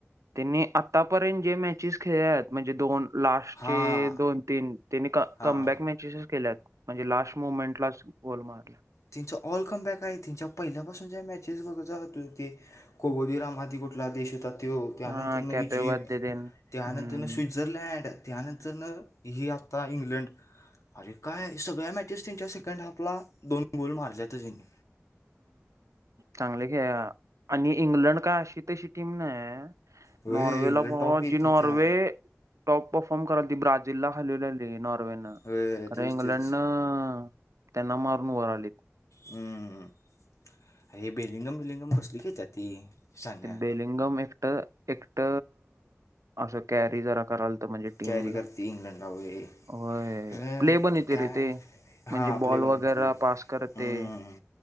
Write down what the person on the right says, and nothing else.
त्यांनी आतापर्यंत जे मॅचेस खेळले आहेत म्हणजे दोन लास्टचे
दोन तीन त्यांने
कमबॅक मॅचेसच केल्यात म्हणजे लास्ट मुवमेंट लाच गोल मारला
हा कॅपे
वरते तेन
हम्म
चांगली खेळल्या आणि इंग्लंड काय अशी तशी टीम नाही
नॉर्वेला
भा
जी नॉर्वे
टॉप परफॉर्म करालती ब्रा जिल्हा हालीवलेली नॉर्वेनं
खर
इंग्लंड
न त्यांना मारून वर आलीत
ते बेलिंगम एकट एकट असं कॅरी जरा करालत म्हणजे टीमला
होय प्ले पण येते
रे ते म्हणजे
बॉल वगैरे
पास करते